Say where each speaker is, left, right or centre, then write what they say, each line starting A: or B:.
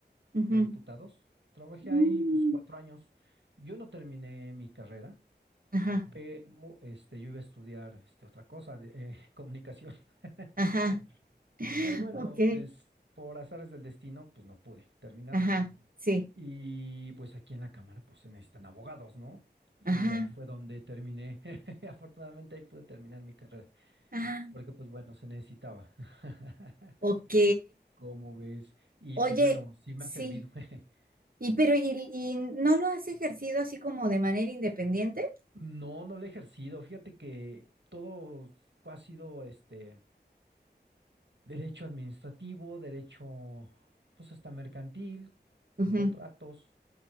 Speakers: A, on the right (about 55°); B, on the right (about 85°).
A: ujú.
B: de Diputados. Trabajé
A: Mm,
B: ahí pues cuatro años. Yo no terminé mi carrera,
A: Ajá,
B: pero este, yo iba a estudiar este, otra cosa, de, eh, <laughs> comunicación. <laughs>
A: ajá,
B: Pero bueno,
A: ok,
B: pues por azares del destino, pues no pude terminar.
A: ajá, sí,
B: Y pues aquí en la Cámara pues se necesitan abogados, ¿no? Y
A: ajá,
B: ahí fue donde terminé. <laughs> Afortunadamente ahí pude terminar mi carrera,
A: ah,
B: porque pues bueno, se necesitaba. <laughs>
A: Ok.
B: ¿Cómo ves? Y
A: Oye,
B: pues bueno, sí me
A: sí.
B: ha servido. <laughs>
A: Y pero y, y no lo has ejercido así como de manera independiente?
B: No, no lo he ejercido. Fíjate que todo ha sido este derecho administrativo, derecho pues hasta mercantil,
A: Ujú.
B: contratos.